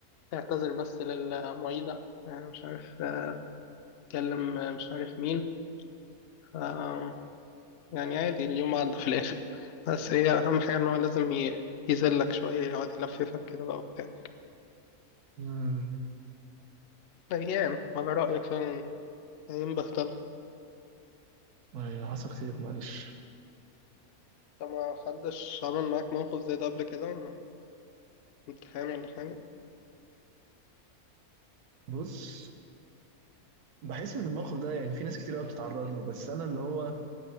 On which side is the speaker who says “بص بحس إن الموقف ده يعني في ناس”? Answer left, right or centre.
Right